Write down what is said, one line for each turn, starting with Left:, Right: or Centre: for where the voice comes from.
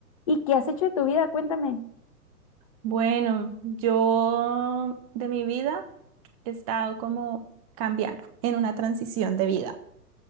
Left: ¿Y qué has hecho de tu vida? Cuéntame.
Right: Bueno, yo de mi vida he estado como cambiando en una transición de vida,